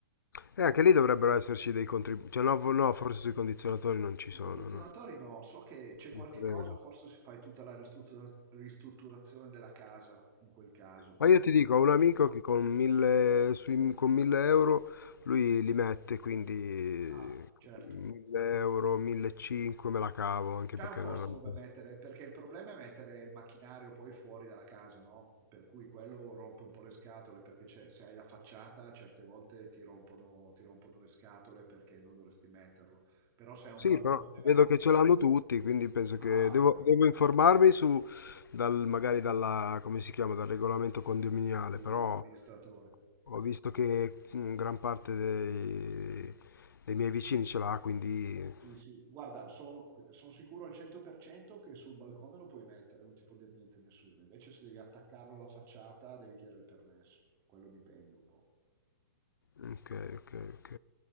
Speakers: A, on the left; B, on the right.
A: E anche lì dovrebbero esserci dei contributi. Cioè, no, vo- no, forse sui condizionatori non ci sono,
B: I condizionatori
A: no?
B: no, so che c'è qualche
A: Non credo.
B: cosa, forse se fai tutta la ristruttura- ristrutturazione della casa in quel caso.
A: Ma io ti dico,
B: Però,
A: ho un amico che con mille, sui- con 1000 euro lui li mette, quindi
B: ah, certo.
A: 1000 euro, 1500 me la cavo, anche
B: C'è
A: perché
B: un posto
A: non la metto.
B: dove mettere, perché il problema è mettere il macchinario poi fuori dalla casa, no? Per cui quello rompe un po' le scatole, perché c'è- se hai la facciata certe volte ti rompono, ti rompono le scatole perché non dovresti metterlo. Però se hai un
A: Sì,
B: balcone
A: però
B: va
A: vedo
B: bene.
A: che ce l'hanno tutti, quindi penso
B: Ah,
A: che devo,
B: ok.
A: devo informarmi su, dal, magari dalla, come si chiama, dal regolamento condominiale,
B: Sì,
A: però
B: dall'amministratore.
A: Ho visto che mm, gran parte dei, dei miei vicini ce l'ha, quindi...
B: Sì, sì, guarda, sono sicuro al 100% che sul balcone lo puoi mettere, non ti può dire niente nessuno. Invece se devi attaccarlo alla facciata, devi chiedere il permesso. Quello dipende un po'.
A: mm, Ok, ok, ok.